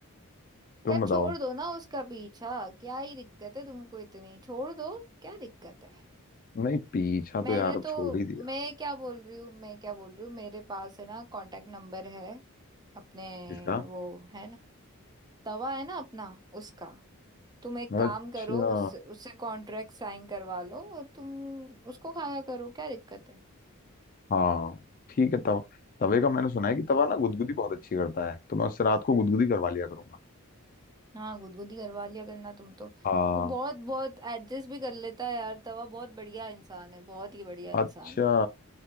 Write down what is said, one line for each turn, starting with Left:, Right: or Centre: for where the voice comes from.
Left: तुम
Right: यार
Left: बताओ
Right: छोड़ दो ना उसका पीछा क्या ही दिक्कत है तुमको इतनी छोड़ दो क्या दिक्कत है
Left: नहीं पीछा
Right: मैंने
Left: तो यार अब
Right: तो
Left: छोड़ ही दिया
Right: मैं क्या बोल रही हूँ मैं क्या बोल रही हूँ मेरे पास है ना कांटेक्ट नंबर है अपने
Left: इसका
Right: वो है ना तवा है ना अपना उसका तुम एक काम
Left: अच्छा
Right: करो उस उससे कॉन्ट्रैक्ट साइन करवा लो और तुम उसको खाया करो क्या दिक्कत है
Left: हाँ ठीक है तवा तवे का मैंने सुना है कि तवा ना गुदगुदी बहुत अच्छी करता है तो मैं उससे रात को गुदगुदी करवा लिया करूंगा
Right: हाँ गुदगुदी करवा लिया करना तुम तो
Left: हाँ
Right: तो बहुत बहुत एडजस्ट भी कर लेता है यार तवा बहुत बढ़िया इंसान है बहुत ही बढ़िया इंसान
Left: अच्छा
Right: है